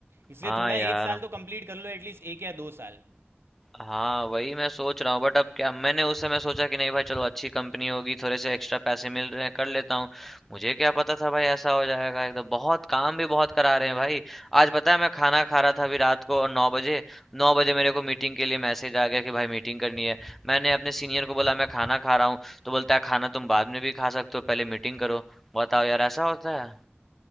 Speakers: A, on the right; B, in the centre.
A: इसलिए
B: हाँ
A: थोड़ा
B: यार
A: एक साल तो कंप्लीट कर लो एटलीस्ट एक या दो साल
B: हाँ वही मैं सोच रहा हूँ बट अब क्या मैंने उस समय सोचा कि नहीं भाई चलो अच्छी कंपनी होगी थोड़े से एक्स्ट्रा पैसे मिल रहे हैं कर लेता हूँ मुझे क्या पता था भाई ऐसा हो जाएगा एकदम बहुत काम भी बहुत करा रहे हैं भाई आज पता है मैं खाना खा रहा था अभी रात को और नौ बजे नौ बजे मेरे को मीटिंग के लिए मैसेज आ गया कि भाई मीटिंग करनी है मैंने अपने सीनियर को बोला मैं खाना खा रहा हूँ तो बोलता है खाना तुम बाद में भी खा सकते हो पहले मीटिंग करो बताओ यार ऐसा होता है